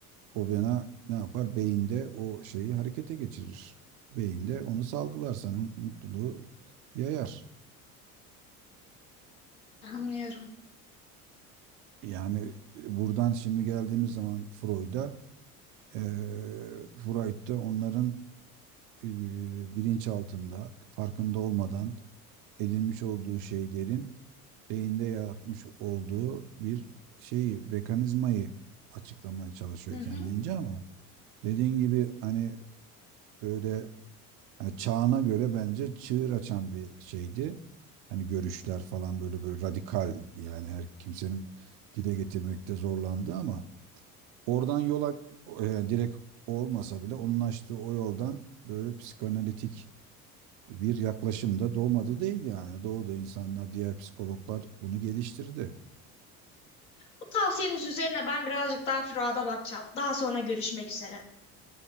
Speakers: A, on the right; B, on the left.
A: o bana ne yapar? Beyinde o şeyi harekete geçirir. Beyinde onu salgılar sana mutluluğu yayar.
B: Anlıyorum.
A: Yani e, buradan şimdi geldiğimiz zaman Freud'a e, Freud da onların e, bilinç altında, farkında olmadan edinmiş olduğu şeylerin beyinde yaratmış olduğu bir şeyi, mekanizmayı açıklamaya çalışıyor
B: Hı hı.
A: kendince ama dediğin gibi hani böyle hani çağına göre bence çığır açan bir şeydi. Hani görüşler falan böyle böyle radikal yani her kimsenin dile getirmekte zorlandı ama oradan yola e, direkt olmasa bile onun açtığı o yoldan böyle psikoanalitik bir yaklaşım da doğmadı değil yani. Doğuda insanlar, diğer psikologlar bunu geliştirdi.
B: Bu tavsiyeniz üzerine ben birazcık daha Fırat'a bakacağım. Daha sonra görüşmek üzere.